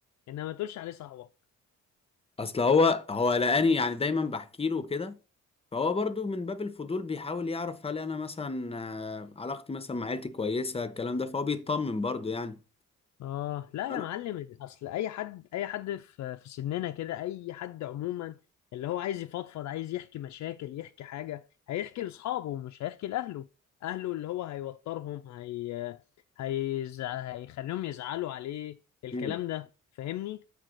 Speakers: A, on the left; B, on the left.
A: انما ما تقولش عليه صاحبك
B: أصل هو هو لقاني يعني دايما بحكي له كده فهو برضو من باب الفضول بيحاول يعرف هل انا مثلا آه، علاقتي مثلا مع عيلتي كويسه الكلام ده فهو بيطمن برضو يعني
A: اه لا
B: انا
A: يا معلم اصل اي حد اي حد في في سننا كده اي حد عموما اللي هو عايز يفضفض عايز يحكي مشاكل يحكي حاجه هيحكي لاصحابه مش هيحكي لاهله اهله اللي هو هيوترهم هي هيزع... هيخليهم يزعلوا عليه الكلام
B: مم.
A: ده فاهمني